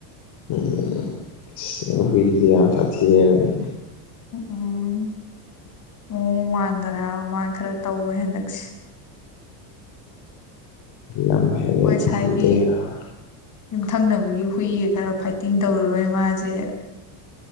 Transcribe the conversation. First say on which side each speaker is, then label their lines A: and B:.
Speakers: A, on the left; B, on the left.
A: ꯎꯝ ꯑꯁ ꯅ‌ꯣꯏ ꯍꯨꯏꯗꯨꯗꯤ ꯌꯥꯝ ꯁꯥꯊꯤ ꯂꯩꯔꯝꯃ‌ꯦꯅ‌ꯦ
B: ꯎꯝ ꯎꯝ ꯎꯝ ꯃꯋ‌ꯣꯡ ꯃꯥꯟꯗꯅ ꯃꯥ ꯈꯔ ꯇꯧꯋꯦ ꯍꯟꯗꯛꯁꯦ
A: ꯎꯝ ꯍꯦꯜꯂꯦ
B: ꯈ‌ꯣꯏ ꯁꯥꯏꯒꯤ
A: ꯐꯨꯗ ꯌꯥꯔꯣꯏ
B: ꯌꯨꯝꯊꯪꯅꯕꯒꯤ ꯍꯨꯏꯒ ꯈꯔ ꯐꯥꯏꯇꯤꯡ ꯇꯧꯔꯨꯕꯩ ꯃꯥꯁꯦ